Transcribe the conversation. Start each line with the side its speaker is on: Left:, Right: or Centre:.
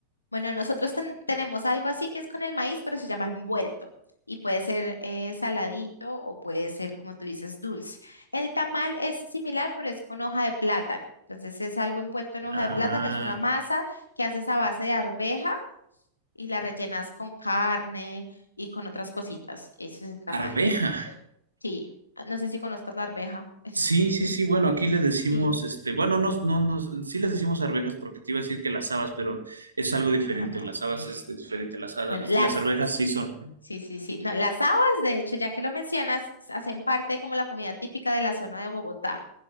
Left: Bueno, nosotros ten- tenemos algo así que es con el maíz, pero se llama envuelto. Y puede ser eh, saladito o puede ser, como tú dices, dulce. El tamal es similar, pero es con hoja de plátano. Entonces es algo envuelto en hoja
Right: Ah,
Left: de plátano, es una masa que haces a base de arveja y la rellenas con carne y con otras cositas. Ese es el tamal.
Right: arveja.
Left: Sí, no sé si conozcas la arveja. es
Right: Sí, sí, sí. Bueno, aquí
Left: Pi-
Right: le decimos,
Left: Sí,
Right: este, bueno, no, no, no, sí les decimos arvejas porque te iba a decir que las habas, pero es algo diferente.
Left: ah, no.
Right: Las habas es diferente. Las, ha-
Left: Bueno, las,
Right: las arvejas sí son.
Left: sí, sí, sí. No, las habas, de hecho, ya que lo mencionas, hacen parte como la comida típica de la zona de Bogotá.